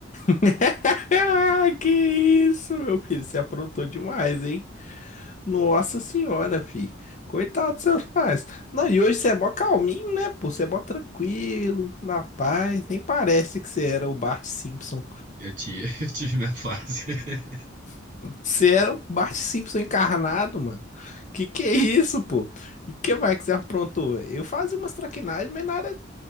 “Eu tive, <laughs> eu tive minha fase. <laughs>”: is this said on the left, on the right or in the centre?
Right